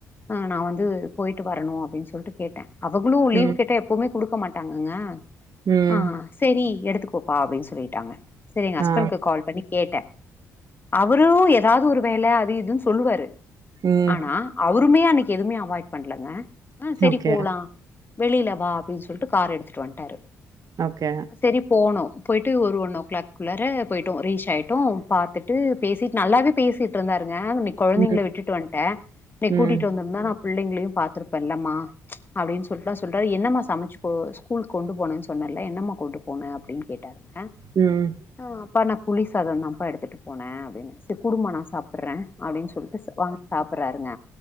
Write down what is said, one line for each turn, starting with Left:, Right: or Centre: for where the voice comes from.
Left: ம் நா வந்து போயிட்டு வரணு அப்டின் சொல்ட்டு கேட்டே அவங்களு லீவு
Right: ம்.
Left: கேட்ட எப்பவுமே குடுக்க மாட்டாங்கங்க
Right: ம்
Left: ஆ செரி எடுத்துக்கோப்பா அப்டின் சொல்லிட்டாங்க செரி எங்க ஹஸ்பண்ட்கு
Right: ஆ.
Left: கால் பண்ணி கேட்டே அவரு எதாவது ஒரு வேல அது இதுன்னு சொல்லுவாரு
Right: ம்.
Left: ஆனா அவருமே அன்னைக்கு எதுவுமே அவாய்ட் பண்லங்க ஆ செரி
Right: ஓகே.
Left: போலா வெளிலவா அப்டின் சொல்ட்டு கார் எடுத்துட்டு வந்துட்டாரு
Right: ஓகே.
Left: செரி போணோ போய்ட்டு ஒரு ஒன் ஓ கிளாக் குள்ளாற போய்டோ ரீச் ஆயிட்டோ பாத்துட்டு பேசிட்டு நல்லாவே பேசிட்டு இருந்தாருங்க நீ கொழந்தைங்கள
Right: ம்.
Left: விட்டுட்டு வன்ட்டே நீ கூட்டிட்டு
Right: ம்.
Left: வந்துருந்தா நாப் பிள்ளைங்களையு பாத்துருப்பன்ல்லம்மா அப்டின் சொ ல்றாரு என்னம்மா சமைச்சு போ ஸ்கூலுக்கு கொண்டு போனன் சொன்னல என்னம்மா கொண்டு போண அப்டின் கேட்டாருங்க
Right: ம்
Left: ஆ அப்பா நா புளி சாதம்தாப்பா எடுத்துட்டு போனே அப்டின்ன செர் குடும்மா நா சாப்பறே அப்டின் சொல்ட்டு வாங்கி சாப்பறாருங்க